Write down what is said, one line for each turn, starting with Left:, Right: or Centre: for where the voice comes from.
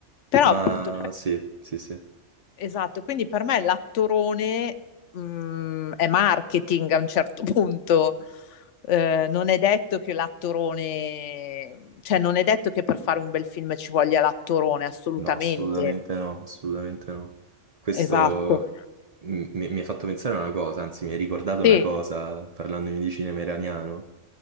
Left: Però
Right: Ma
Left: appunto
Right: sì, sì, sì.
Left: Esatto, quindi per me l'attorone, mh, è marketing a un certo <laughs> punto. Eh, non è detto che l'attorone, cioè non è detto che per fare un bel film ci voglia l'attorone, assolutamente.
Right: No, assolutamente no, assolutamente no. Questo
Left: Esatto.
Right: mi, mi- mi ha fatto pensare a una cosa, anzi mi hai ricordato
Left: Sì.
Right: una cosa parlandomi di cinema iraniano.